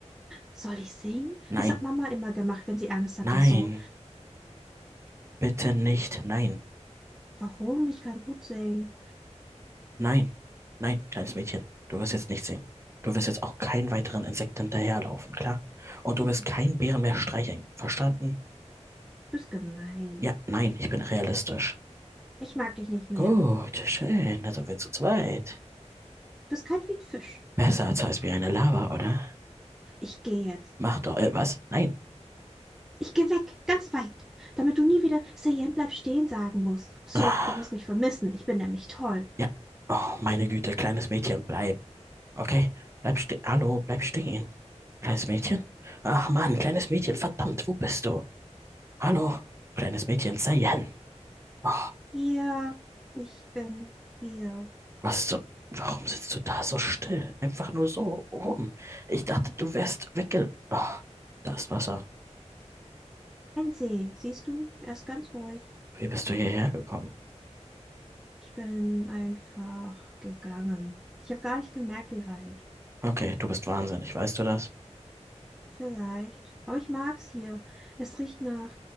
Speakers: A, in the centre; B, on the right.
A: Soll ich singen?
B: Nein.
A: Das hat Mama immer gemacht, wenn sie Angst hatte,
B: Nein.
A: so.
B: Bitte nicht. Nein.
A: Warum? Ich kann gut singen.
B: Nein. Nein, kleines Mädchen. Du wirst jetzt nicht singen. Du wirst jetzt auch keinen weiteren Insekt hinterherlaufen, klar? Und du
A: Du
B: wirst keinen Bären mehr streicheln. Verstanden?
A: bist gemein.
B: Ja, nein, ich bin realistisch.
A: Ich mag dich nicht mehr.
B: Gut, schön, da sind wir zu zweit.
A: Du bist kalt wie ein Fisch.
B: Besser als heiß wie eine Lava, oder?
A: Ich gehe jetzt.
B: Mach doch, äh, was? Nein.
A: Ich gehe weg, ganz weit, damit du nie wieder Sayen bleib stehen sagen musst. So,
B: Ah,
A: du wirst mich vermissen. Ich bin nämlich toll.
B: ja. Oh, meine Güte, kleines Mädchen, bleib. Okay, bleib stehen. Hallo, bleib stehen. Kleines Mädchen? Ach Mann, kleines Mädchen, verdammt, wo bist du? Hallo, kleines Mädchen, Sayen. Oh,
A: Hier, ich bin hier.
B: was zum... Warum sitzt du da so still? Einfach nur so rum. Ich dachte, du wärst wegge... Oh, da ist Wasser.
A: Ein See, siehst du? Er ist ganz ruhig.
B: Wie bist du hierher gekommen?
A: Ich bin einfach gegangen. Ich habe gar nicht gemerkt, wie weit.
B: Okay, du bist wahnsinnig, weißt du das?
A: Vielleicht. Aber ich mag's hier. Es riecht nach